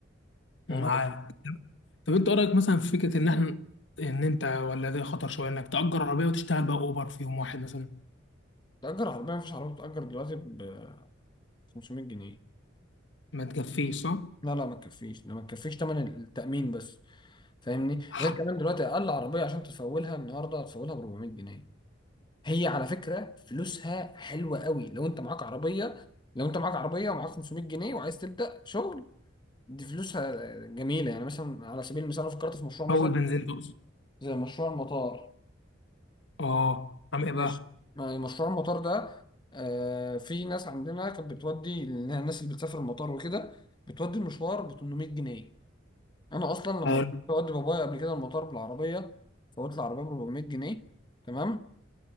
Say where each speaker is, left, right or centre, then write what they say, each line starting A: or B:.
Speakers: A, on the left; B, on the left.
A: فاهمني
B: معاه طب انت ايه رايك مثلا في فكره ان احنا ان انت ولا ده خطر شويه انك تأجر عربيه وتشتغل بقى اوبر في يوم واحد مثلا
A: تأجر عربية مفيش عربية بتأجر دلوقتي ب 500 جنيه
B: ما تكفيش صح؟
A: لا لا ما تكفيش ده ما تكفيش تمن التأمين بس فاهمني
B: <laughs>
A: غير كمان دلوقتي اقل عربيه عشان تفولها النهارده هتفولها ب 400 جنيه هي على فكره فلوسها حلوه قوي لو انت معاك عربيه لو انت معاك عربيه ومعاك 500 جنيه وعايز تبدا شغل دي فلوسها جميله يعني مثلا على سبيل المثال انا فكرت في مشروع مثلا
B: اول بنزين تقصد
A: زي مشروع المطار
B: اه عم ايه
A: ماشي
B: بقى؟
A: ما- مشروع المطار ده آه في ناس عندنا كانت بتودي الناس اللي بتسافر المطار وكده بتودي المشوار ب 800 جنيه انا اصلا لما
B: حلو
A: جربت اودي بابايا قبل كده المطار بالعربيه فوت العربيه ب 400 جنيه تمام